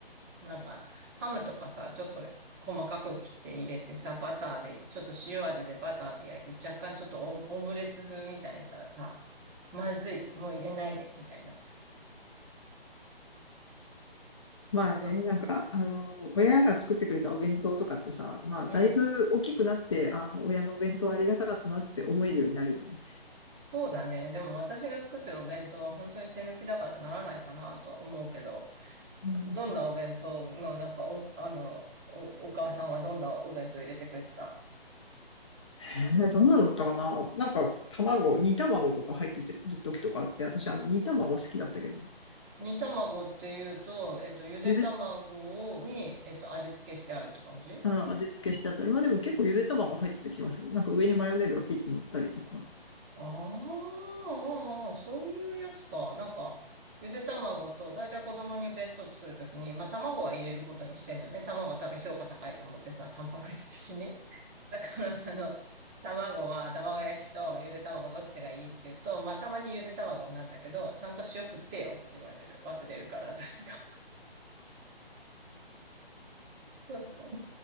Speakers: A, on the right; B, on the left.
A: なんか、ハムとかさ、ちょっと細かく切って入れてさ、バターで、ちょっと塩味でバターで焼いて、若干ちょっとオム、オムレツ風みたいにしたらさ、まずい、もう入れないで、みたいになったけ
B: まあね、
A: どさ。
B: なんか、あの、親が作ってくれたお弁当とかってさ、まあ、
A: うん。
B: だいぶ大きくなって、
A: うん。
B: あ、親のお弁当ありがたかったなって思えるようになるよね。
A: そうだね。でも私が作ってるお弁当は本当に手抜きだからならないかなとは思うけど、
B: うん。
A: どんなお弁当の、なんかお、あの、お、お母さんはどんなお弁当入れてくれてた
B: えーどんなのだったかななんか、卵、煮卵とか入ってる時とかあって、私、あの、煮卵好きだったけどね。
A: 煮卵っていうと、えっと、ゆで卵に、
B: ゆで、
A: えっと、味付けしてあるって感じ
B: うん、味付けしてあったり、まあでも結構ゆで卵入ってた気がする。なんか上にマヨネーズがピッて乗ったりとか。
A: あーあー、そういうやつか。なんか、ゆで卵と、だいたい子供に弁当作るときに、まあ卵は入れることにしてんのね。卵は多分評価高いと思ってさ、タンパク質的に。<laughs> だから、あの、卵は卵焼きとゆで卵どっちがいいって言うと、まあたまにゆで卵なんだけど、ちゃんと塩振ってよって言われる。忘れるから、私が。<laughs>